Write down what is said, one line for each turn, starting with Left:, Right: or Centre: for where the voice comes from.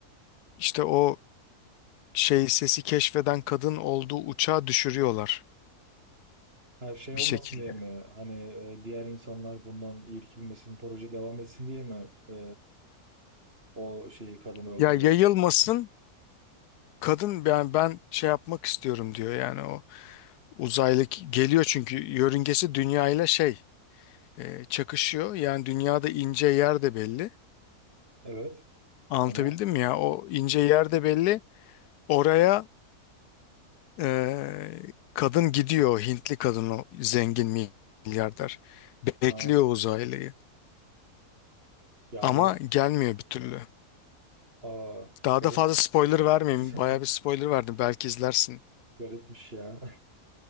Left: işte o şey sesi keşfeden kadın olduğu uçağı düşürüyorlar
Right: Her şey
Left: bir
Right: olmasın
Left: şekilde.
Right: diye mi? Hani e, diğer insanlar bundan irkilmesin, proje devam etsin diye mi e, o şeyi kadını öldürüyorlar?
Left: Ya yayılmasın kadın yani ben şey yapmak istiyorum diyor yani o uzaylı geliyor çünkü yörüngesi dünya ile şey e, çakışıyor. Yani dünyada ince yer de belli.
Right: Evet.
Left: Anlatabildim
Right: Ama
Left: mi ya? O ince yer de belli. Oraya e, kadın gidiyor. Hintli kadın o zengin milyarder. Bekliyor
Right: Ha,
Left: uzaylıyı.
Right: yani
Left: Ama gelmiyor bir türlü.
Right: aa,
Left: Daha
Right: garip
Left: da fazla spoiler vermeyeyim.
Right: <laughs>
Left: Bayağı bir spoiler verdim. Belki izlersin.
Right: garipmiş ya.